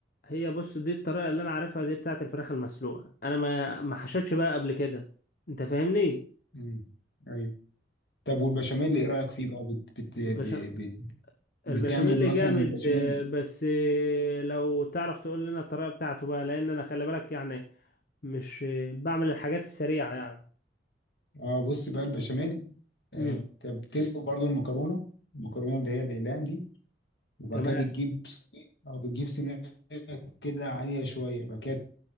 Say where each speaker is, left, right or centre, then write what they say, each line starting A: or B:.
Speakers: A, on the left (about 55°); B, on the left (about 70°).
A: هي بص دي الطريقة اللي أنا عارفها دي بتاعة الفراخ المسلوقة أنا ما ما حشتش بقى قبل كده أنت فاهمني؟
B: مم. ايوه طب والبشاميل ايه رأيك فيه بقى بت بت ب-
A: البشاميل
B: بت بتعمل
A: البشاميل
B: مثلا
A: جامد
B: بشاميل
A: آه، بس آه، لو تعرف تقول لنا الطريقة بتاعته بقى لأن أنا خلي بالك يعني مش آه، بعمل الحاجات السريعة يعني
B: اه بص بقى البشاميل آه،
A: امم
B: انت بتسلق برضو المكرونة المكرونة اللي هي الأقلام دي وبعد
A: تمام
B: كده بتجيب سميد اه بتجيب سميد كده عالية شوية بعد كده